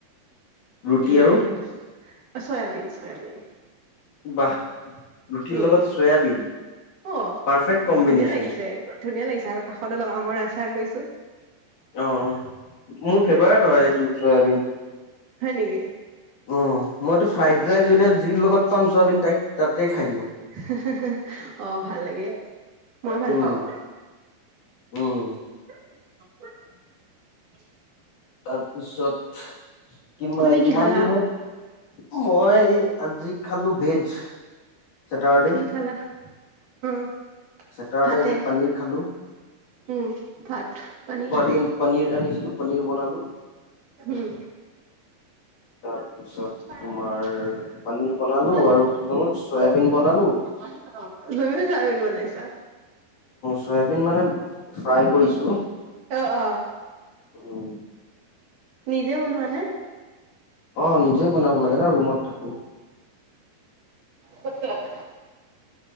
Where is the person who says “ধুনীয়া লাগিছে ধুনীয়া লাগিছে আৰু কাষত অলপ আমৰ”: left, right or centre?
Right